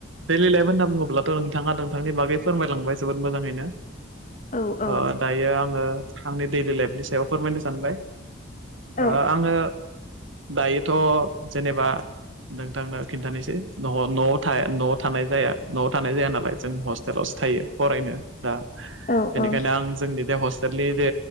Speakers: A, on the right (about 75°); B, on the left (about 40°).
A: दैडलि लाइफ होनना बुङोब्लाथ' नोंथाङा नोंथांनि बागै फोरमायलांबाय जोबोद मोजाङैनो।
B: औ
A: ओ दायो आङो आंनि दैडलि लाइफनि सायाव फोरमायनो सानबाय। ओ
B: औ
A: आङो दायोथ' जेनेबा नोंथांनो खिन्थानोसै न न' न'आव थानाय जाया न'आव थानाय जाया नालाय जों हस्टेलावसो थायो फरायनो। दा
B: औ
A: बेनिखायनो
B: औ
A: आं जोंनि दा हस फिलि जे